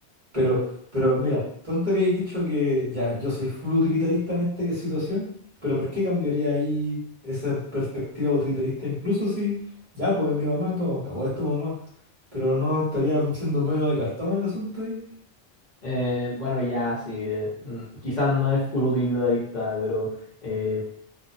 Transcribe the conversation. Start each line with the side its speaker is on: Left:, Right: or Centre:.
Right: Pero, pero mira, tú antes habías dicho que ya yo soy full utilitarista en esta situación, pero ¿por qué cambiaría ahí esa perspectiva utilitarista? Incluso si ya pues es mi mamá todo, o es tu mamá, pero no estaría siendo medio de cartón el asunto ahí.
Left: Eh, bueno, ya, sí. eh, mm, quizás no es full utilitarista, pero eh,